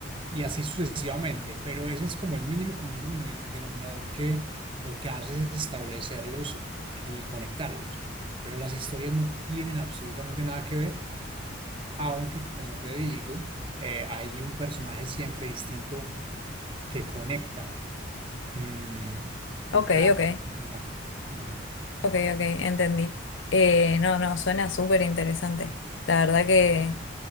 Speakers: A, on the right; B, on the left.
A: y así sucesivamente. Pero ese es como el mínimo común domino- denominador que lo que hace es establecerlos y conectarlos. Pero las historias no tienen absolutamente nada que ver aunque, como te digo, eh, hay un personaje siempre distinto que conecta mm,
B: Ok,
A: cada
B: ok,
A: temporada. Ujú.
B: ok, ok, entendí. Eh, no, no, suena súper interesante. La verdad que...